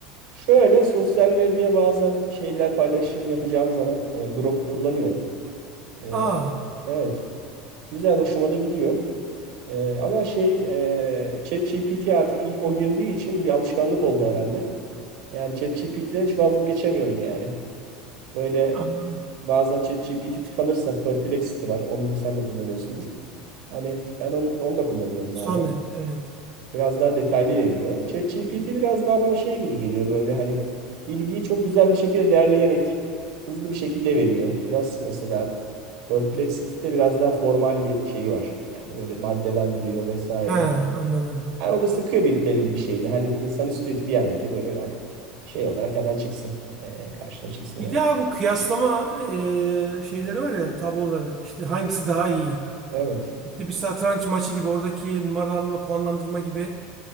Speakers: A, on the right; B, on the right.
A: şöyle sosyal medya bazen şeyler paylaşım yapacağım zaman e, Grok'u kullanıyorum. E,
B: Aa,
A: evet. Güzel hoşuma da gidiyor. Ee, ama şey e, ChatGPT artık ilk o girdiği için bir alışkanlık oldu herhalde. Yani ChatGPT'den hiç vazgeçemiyorum yani. Böyle
B: anladım.
A: bazen ChatGPT tıkanırsa Perplexity var. Onu da sen de kullanıyorsundur. Hani ben onu, onu da kullanıyorum bazen.
B: Sonnet evet.
A: Biraz daha detaylı veriyor. ChatGPT biraz daha bana şey gibi geliyor böyle hani bilgiyi çok güzel bir şekilde derleyerek hızlı bir şekilde veriyor. Biraz mesela Perplexity'de biraz daha formal bir şeyi var. Yani böyle maddelendiriyor vesaire.
B: He anladım.
A: Yani o da sıkıyor bir, belli bir şeydi. Hani bir insan istiyor ki bir an önce böyle hani şey olarak hemen çıksın. Ee, karşına çıksın
B: Bir
A: yani.
B: daha bu kıyaslama e, şeyleri var ya tabloları İşte hangisi daha iyi?
A: Evet.
B: İşte bir satranç maçı gibi oradaki numaralanma puanlandırma gibi